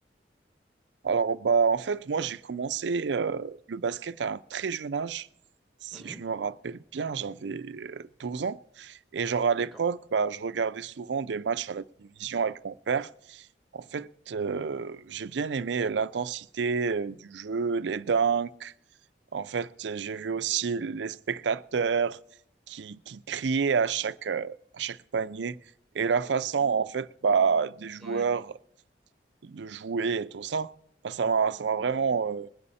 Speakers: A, on the right; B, in the centre.
A: Alors, bah, en fait, moi, j'ai commencé euh, le basket à un très jeune âge. Si
B: Mhm,
A: je me rappelle bien, j'avais euh, 12 ans. Et genre, à l'époque,
B: d'accord.
A: bah, je regardais souvent des matchs à la télévision avec mon père. En fait, euh, j'ai bien aimé l'intensité euh, du jeu, les dunks. En fait, j'ai vu aussi les spectateurs qui, qui criaient à chaque, euh, à chaque panier et la façon, en fait, bah, des joueurs
B: Oui,
A: de jouer et tout ça. Bah, ça m'a, ça m'a vraiment euh,